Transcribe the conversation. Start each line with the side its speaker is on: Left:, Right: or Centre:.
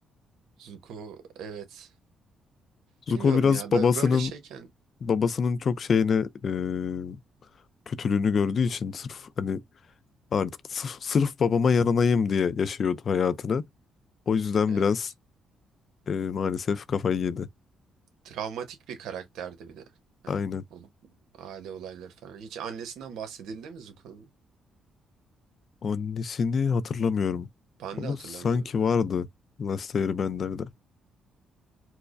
Right: Zuko evet. Bilmiyorum
Left: Zuko biraz
Right: ya. bö-
Left: babasının
Right: Böyle şeyken
Left: babasının çok şeyini e, kötülüğünü gördüğü için sırf hani artık sırf, sırf babama yaranayım diye yaşıyordu hayatını. O yüzden
Right: evet.
Left: biraz e, maalesef kafayı yedi.
Right: Travmatik bir karakterdi bir de. Hani
Left: Aynen.
Right: o aile olayları falan. Hiç annesinden bahsedildi mi Zuko'nun?
Left: Annesini hatırlamıyorum.
Right: Ben
Left: Ama
Right: de hatırlamıyorum.
Left: sanki vardı Last Airbender'de.